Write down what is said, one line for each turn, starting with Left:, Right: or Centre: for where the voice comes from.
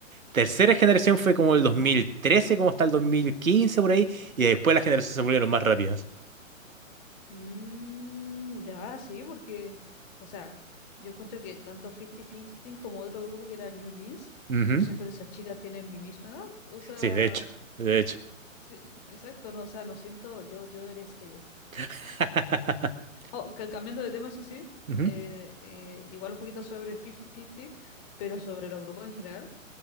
Right: Tercera generación fue como el 2013,
Left: ajá.
Right: como hasta el 2015 por ahí. Y después las generaciones se volvieron más rápidas.
Left: Mm, ya, sí, porque, o sea, yo encuentro que tanto 50-15 como otro grupo que era New Jeans,
Right: Ujú.
Left: yo siento que esas chicas tienen mi misma edad. O sea,
Right: Sí, de hecho, de hecho.
Left: sí, exacto, no, o sea, no siento, yo, yo debería ser ellas.
Right: <laughs>
Left: Oh, ca- cambiando de tema, eso sí,
Right: Ujú.
Left: eh, eh, igual un poquito sobre 50-50, pero sobre los grupos en general,